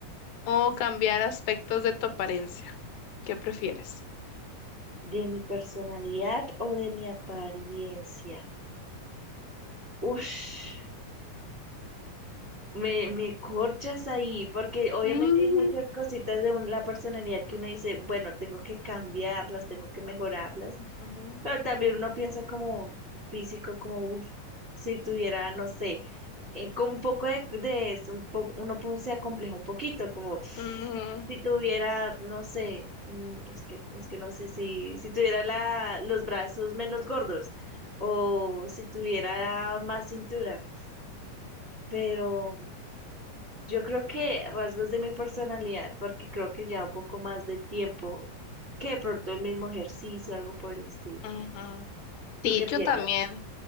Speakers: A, on the left; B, on the right.
A: o cambiar aspectos de tu apariencia. ¿Qué prefieres?
B: de mi personalidad o de mi apariencia. Ush, me, me corchas ahí, porque obviamente
A: Mm,
B: hay muchas cositas de un- la personalidad que uno dice, bueno, tengo que cambiarlas, tengo que mejorarlas
A: ujú,
B: Pero también uno piensa como físico, como uf, si tuviera, no sé, eh, como un poco de, de es un poco, uno po- se acompleja un poquito, como
A: ujú,
B: si tuviera, no sé, mm, es que, es que no sé si, si tuviera la, los brazos menos gordos o si tuviera más cintura, pero yo creo que rasgos de mi personalidad, porque creo que ya un poco más de tiempo que de pronto el mismo ejercicio, algo por el estilo.
A: ujú.
B: ¿Tú
A: Sí,
B: qué
A: yo
B: piensas?
A: también.